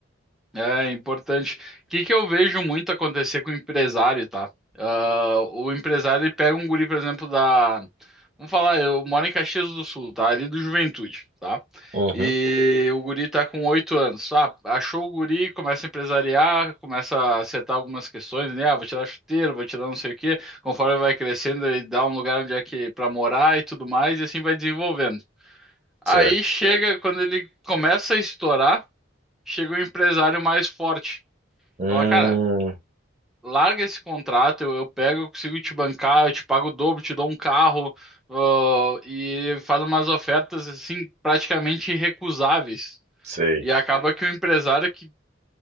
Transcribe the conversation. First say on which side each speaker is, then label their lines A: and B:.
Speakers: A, in the centre; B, on the right.
A: É importante. O que que eu vejo muito acontecer com o empresário, tá? Ah, o empresário ele pega um guri, por exemplo, da. Vamos falar, eu moro em Caxias do Sul, tá? Ali do Juventude, tá?
B: Uhum.
A: E o guri tá com oito anos. Ah, achou o guri, começa a empresariar, começa a acertar algumas questões, né? Ah, vou te dar chuteiro, vou te dar não sei o quê. Conforme vai crescendo, ele dá um lugar onde é que para morar e tudo mais, e assim vai desenvolvendo.
B: certo?
A: Aí chega, quando ele começa a estourar, chega o empresário mais forte.
B: Hum,
A: Fala, cara, larga esse contrato, eu, eu pego, eu consigo te bancar, eu te pago o dobro, te dou um carro, ah, e faz umas ofertas assim praticamente irrecusáveis.
B: sei.
A: E acaba que o empresário que,